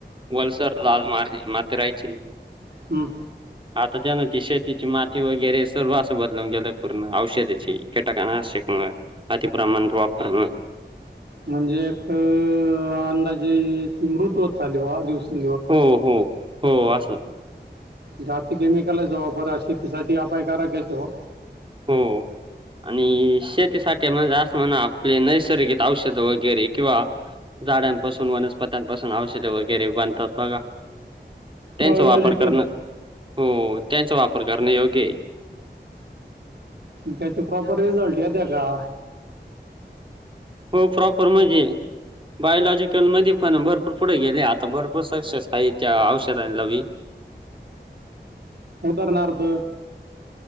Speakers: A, on the right (about 30°); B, on the right (about 70°).
A: वलसर लाल मारज माती राहायची.
B: हम्म
A: आता त्यान ती शेतीची माती वगैरे सर्व असं बदलून गेलंय पूर्ण औषधाची कीटाकांनाशक अति ब्राह्ण वापर.
B: म्हणजे एक अ अंदाजी मृतच झाली वा दिवसां
A: हो हो हो असं
B: जात केमिकल आहेचा वापर शेतीसाठी अपायकारक आहे जेव्हा.
A: हो. आणि शेतीसाठी म्हण असं म्हणा आपले नैसर्गिक औषध वगैरे किंवा झाडांपासून वनस्पत्यांपासून औषधे वगैरे बांधतात बघा. त्यांचा
B: बायोलॉजिकल
A: वापर करणं हो त्यांचा वापर करणें योग्य.
B: त्याचा प्रॉपर रिझल्ट येण्याचा?
A: हो प्रॉपर म्हणजे बायलॉजिकल मध्ये पण भरपूर भरपूर पुढे गेले आता भरपूर सक्सेस आहे त्या औषधां ल मी
B: उदरणारारद